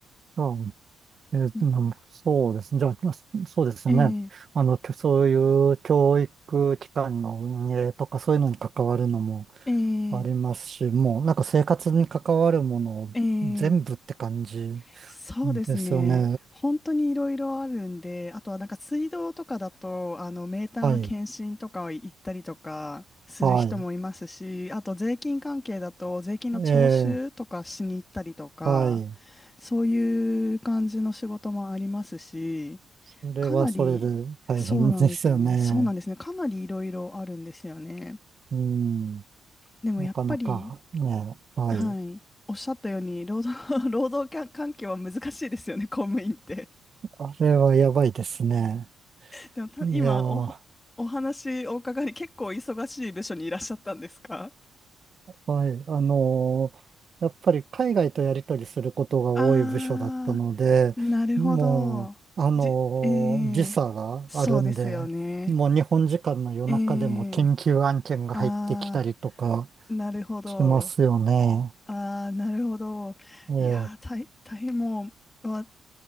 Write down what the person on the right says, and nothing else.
あえー、
うんそうですね。じゃあ、そうですね。
あの、そういう教育機関の運営とかそういうのに関わるのも
ありますし、もうなんか生活に関わるもの全部って感じ
ですよね。
はい、はい。
えー、はい。
それはそれで大変ですよね。
うん、
なかなかね、はい。
あれはやばいですね。
いやー
はい。あのーやっぱり海外とやり取りすることが多い部署だったので、
もう、あのー時差があるんで、
もう日本時間の夜中でも緊急案件が入ってきたりとか
しますよね。
ええ、